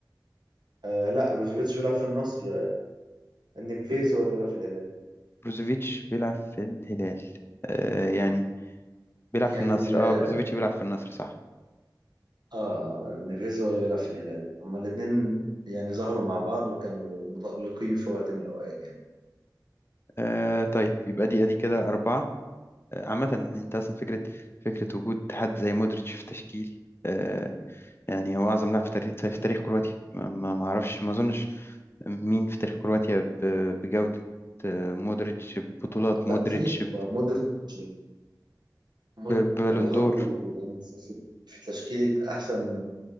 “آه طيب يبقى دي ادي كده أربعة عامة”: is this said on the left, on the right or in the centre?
Left